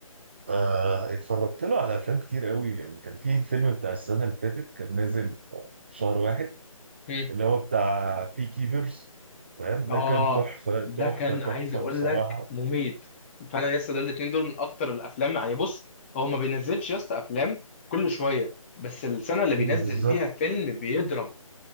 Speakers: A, on the right; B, on the left.
A: آه اتفرجت له على افلام كتير قوي يعني كان في فيلم بتاع السنه اللي فاتت كان نازل شهر واحد
B: امم
A: اللي هو بتاع بي كيبرز فاهم
B: اه
A: ده كان تحفه
B: ده
A: تحفه
B: كان
A: تحفه
B: عايز اقول
A: بصراحه
B: لك مميت فعلا يا اسطى دول الاثنين دول من اكتر الافلام يعني بص هو ما بينزلش يا اسطى افلام كل شويه بس السنه اللي
A: مم،
B: بينزل
A: بالظبط
B: فيها فيلم بيضرب